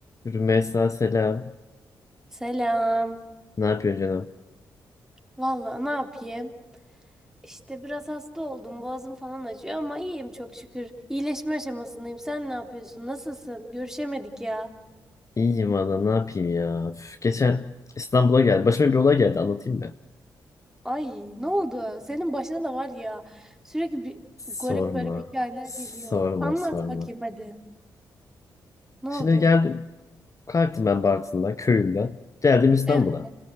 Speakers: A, on the left; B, in the centre.
A: Rümeysa selam.
B: Selam.
A: Ne yapıyorsun canım?
B: Valla ne yapayım? İşte biraz hasta oldum. Boğazım falan acıyor ama iyiyim çok şükür. İyileşme aşamasındayım. Sen ne yapıyorsun? Nasılsın? Görüşemedik ya.
A: İyiyim valla ne yapayım ya. Üf, geçen İstanbul'a geldi. Başıma bir olay geldi anlatayım mı?
B: Ay ne oldu? Senin başına da var ya. Sürekli bir garip
A: Sorma.
B: garip hikayeler
A: Sorma
B: geliyor. Anlat
A: sorma.
B: bakayım hadi. Ne
A: Şimdi
B: oldu?
A: geldim. Kalktım ben Bartın'dan köyümden. Geldim İstanbul'a.
B: Evet,